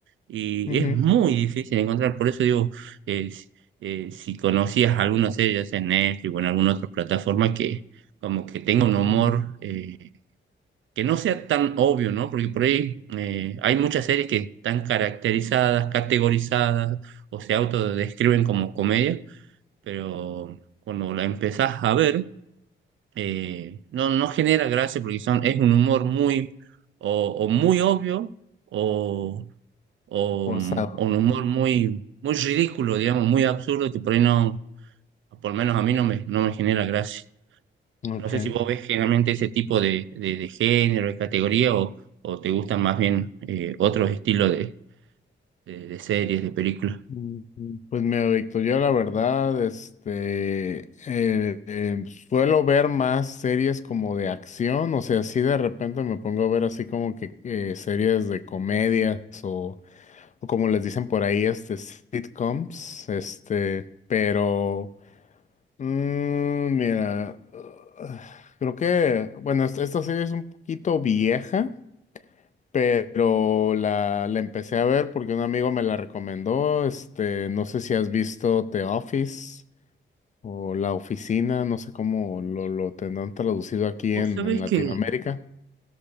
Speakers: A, on the right; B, on the left.
A: y
B: ujú,
A: es muy difícil encontrar. Por eso digo, eh, si eh, si conocías alguna serie, ya sea en Netflix o en alguna otra plataforma que como que tenga
B: ujú.
A: un humor eh, que no sea tan obvio, ¿no? Porque por ahí eh, hay muchas series que están caracterizadas, categorizadas o se autodescriben como comedia pero cuando la empezás a ver, eh, no, no genera gracia porque son, es un humor muy, o, o muy obvio, o, o,
B: Forzado.
A: mm, o un humor muy, muy ridículo, digamos, muy absurdo, que por ahí no, por lo menos a mí no me, no me genera gracia.
B: Ok.
A: No sé si vos ves generalmente ese tipo de, de, de género, de categoría, o, o te gustan más bien eh, otros estilos de, de, de series, de películas.
B: Mm, mm, Pues mira, Víctor, yo la verdad, este, eh, eh, suelo ver más series como de acción, o sea, si de repente me pongo a ver así como que eh, series de comedias o, o como les dicen por ahí, este, sitcoms, este, pero, mm, mira, <sighs> creo que, bueno, esta, esta serie es un poquito vieja, pero la, la empecé a ver porque un amigo me la recomendó. Este, no sé si has visto The Office o La Oficina, no sé cómo lo, lo tendrán traducido aquí
A: Vos
B: en,
A: sabés
B: en Latinoamérica.
A: que